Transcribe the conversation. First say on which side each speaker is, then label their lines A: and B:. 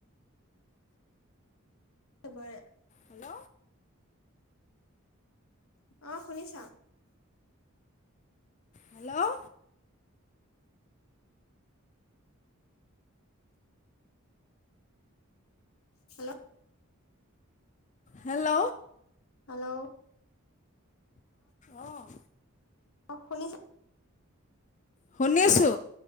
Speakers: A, on the left; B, on the left.
A: চবৰে।
B: হেল্ল'?
A: অ', শুনিছা?
B: হেল্ল'?
A: হেল্ল'?
B: হেল্ল'?
A: হেল্লৌ'
B: অঁ'
A: অঁ' শুনিছা।
B: শুনিছো।